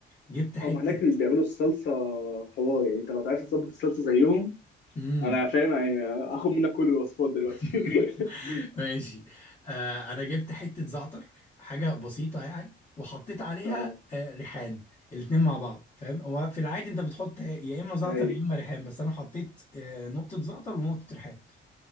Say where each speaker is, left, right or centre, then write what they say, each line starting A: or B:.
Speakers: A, on the left; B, on the left.
A: جبت حتة
B: او ما هناك بيعملوا الصلصه حوار يعني انت لو عايز تظبط الصلصه زيهم
A: امم
B: انا فاهم يعني هاخد منك كل الوصفات دلوقتي
A: <laughs>
B: <laughs>
A: ماشي آه انا جبت حتة زعتر حاجة بسيطة يعني وحطيت عليها
B: اه
A: آه ريحان الاتنين مع بعض فاهم هو في العادي انت بتحط يا اما زعتر
B: اي
A: يا اما ريحان بس انا حطيت آه نقطة زعتر ونقطة ريحان